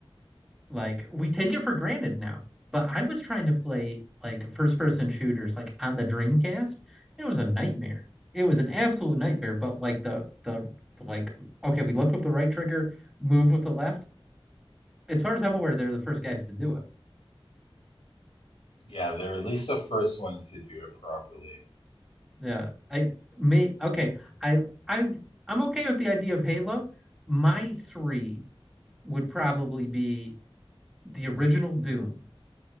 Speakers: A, in the centre; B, on the left (about 75°).
A: Like we take it for granted now. But I was trying to play like first person shooters like on the Dreamcast. It was a
B: Right.
A: nightmare. It was an absolute nightmare. But like the the, the like okay, we look with the right trigger, move with the left. As far as I'm aware, they're the first guys to do it.
B: Yeah, they're at least the first ones to do it properly.
A: Yeah. I may okay. I I I'm okay with the idea of Halo. My three would probably be the original Doom.